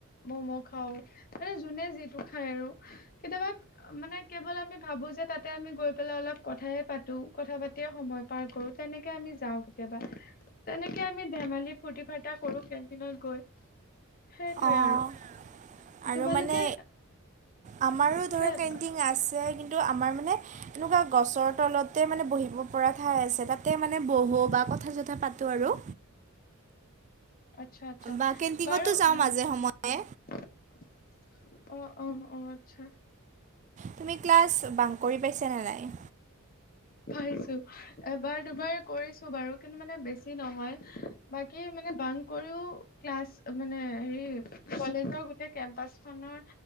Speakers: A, on the left; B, on the right.
A: মম' খাওঁ। মানে যোনে যিটো খায় আৰু কেতিয়াবা, মানে কেৱল আমি ভাবো যে তাতে আমি গৈ পেলাই অলপ কথাহে পাতো, কথা পাতিয়েই সময়, পাৰ কৰো তেনেকে আমি যাওঁ কেতিয়াবা। তেনেকে আমি ধেমালি ফূৰ্তি ফাৰ্তা কৰো কেন্টিনত গৈ, সেইটোৱে
B: অঁ
A: আৰু।
B: আৰু
A: তোমালোকে
B: মানে আমাৰো
A: পিছে
B: ধৰক কেনণ্টিং আছে কিন্তু আমাৰ মানে এনেকুৱা গছৰ তলতে মানে বহিব পৰা ঠাই আছে, তাতে মানে বহো বা কথা-চথা পাতো আৰু।
A: আচ্ছা আচ্ছা
B: বা কেণ্টিঙতো
A: বাৰু
B: যাওঁ
A: উম্
B: মাজে সময়ে
A: <inaudible> অ অ অ। আচ্ছা
B: তুমি ক্লাছ বাঙ কৰি পাইছা নে নাই?
A: পাইছো এবাৰ দুবাৰ কৰিছো বাৰু, কিন্তু মানে বেছি নহয়। বাকী মানে বাঙ কৰিও ক্লাছ মানে হেৰি কলেজৰ গোটেই কেম্পাচ খনৰ